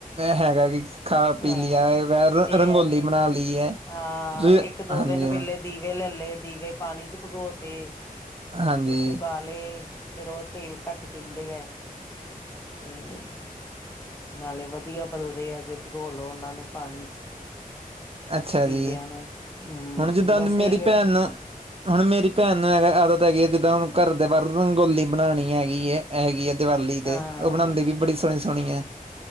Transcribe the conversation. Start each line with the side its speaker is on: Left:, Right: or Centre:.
Right: ਹੈਗਾ ਜੀ। ਖਾ-ਪੀ
Left: ਹਾਂ
Right: ਲਿਆ ਰ
Left: ਇਹ
Right: ਰੰਗੋਲੀ
Left: ਹੈ ਵੀ
Right: ਬਣਾ ਲਈ ਏ
Left: ਹਾਂ
Right: ਤੁਸੀ
Left: ਇੱਕ ਦੋ
Right: ਹਾਂਜੀ
Left: ਦਿਨ
Right: ਹਾਂ।
Left: ਪਹਿਲੇ ਦੀਵੇ ਲੈਲੇ ਦੀਵੇ ਪਾਣੀ ਚ ਭੀਗੋ ਤੇ,
Right: ਹਾਂਜੀ
Left: ਫਿਰ ਸੁਕਾ ਦੀਏ ਫੇਰ ਉਹ ਤੇਲ ਘੱਟ ਪੀਂਦੇ ਏ। ਤੇ, ਨਾਲੇ ਵਧੀਆ ਬਲਦੇ ਹੈਜੇ। ਭਿਗੋ ਲੋ ਉਹਨਾਂ ਨੂੰ ਪਾਣੀ ਚ
Right: ਅੱਛਾ
Left: ਦੀਵਿਆਂ
Right: ਜੀ,
Left: ਨੂੰ ਹਮ
Right: ਹੁਣ ਜਿੱਦਾਂ
Left: ਬਸ
Right: ਦੀ ਮੇਰੀ
Left: ਇਹੀ ਆ
Right: ਭੈਣ
Left: ਵੀ
Right: ਨੂੰ ਹੁਣ ਮੇਰੀ ਭੈਣ ਨੂੰ ਹੈ ਆਦਤ ਹੈਗੀ ਹੈ ਜਿੱਦਾਂ ਹੁਣ ਘਰ ਦੇ ਬਾਹਰ ਰੰਗੋਲੀ ਬਣਾਉਣੀ ਹੈਗੀ ਏ। ਹੈਗੀ ਆ ਦੀਵਾਲੀ ਤੇ,
Left: ਹਾਂ
Right: ਉਹ ਬਣਾਉਦੀ ਵੀ ਬੜੀ ਸੋਹਣੀ-ਸੋਹਣੀ ਏ।